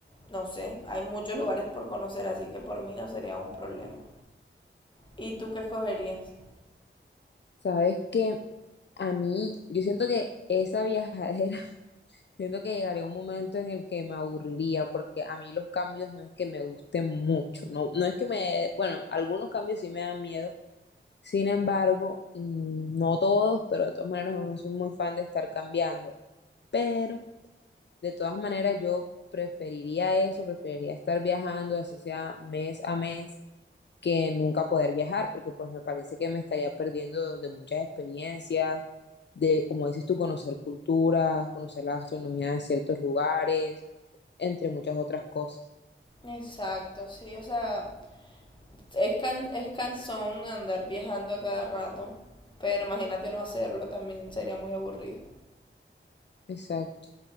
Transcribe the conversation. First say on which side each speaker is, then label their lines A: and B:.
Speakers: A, on the left; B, on the left.
A: no sé, hay muchos lugares por conocer, así que por mí no sería un problema. ¿Y tú qué escogerías?
B: Sabes que a mí, yo siento que esa viajadera, <laughs> siento que llegaría un momento en el que me aburriría, porque a mí los cambios no es que me gusten mucho, no, no es que me, bueno, algunos cambios sí me dan miedo, sin embargo, mm, no todos, pero de todas maneras no soy muy fan de estar cambiando, pero De todas maneras, yo preferiría eso, preferiría estar viajando, así sea mes a mes, que nunca poder viajar, porque pues me parece que me estaría perdiendo de, de muchas experiencias, de, como dices tú, conocer culturas, conocer la gastronomía de ciertos lugares, entre muchas otras cosas.
A: Exacto, sí, o sea, es, can, es cansón andar viajando a cada rato, pero imagínate no hacerlo, también sería muy aburrido.
B: Exacto.